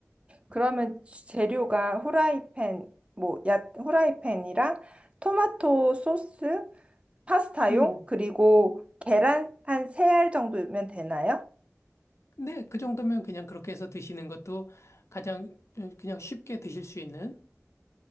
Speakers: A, on the right; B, on the left.
A: 그러면 재료가 후라이팬, 뭐, 야, 후라이팬이랑 토마토 소스, 파스타용,
B: 음
A: 그리고 계란 한 세 알 정도면 되나요?
B: 네 그 정도면 그냥 그렇게 해서 드시는 것도 가장 어, 그냥 쉽게 드실 수 있는